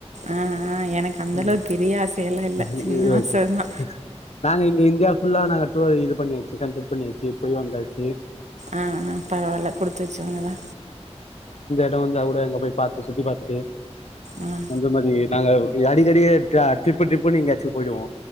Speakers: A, on the right; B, on the left.
A: ஆ ஆ எனக் அந்தளவுக்
B: ம்
A: பெரிய ஆசையல்லா இல்ல
B: ம்
A: சின்ன ஆசதா
B: ஓகே நாங்க இங்க இந்தியா ஃபுல்லா நாங்க டூர் இது பண்ணியாச்சு கம்ப்ளீட் பண்ணியாச்சு போய் வந்தாச்சு
A: ஆ அ பரவால்ல குடுத்து வெச்சவங்கதா
B: ட்ட வந்தாகூட எங்க போய் பாத்து சுத்தி பாத்துட்டு
A: ஆ
B: அந்த மாரி நாங்க அடிகடி எப்யா ட்ரிப்பு ட்ரிப்புனு எங்யாச்சு போய்டுவோ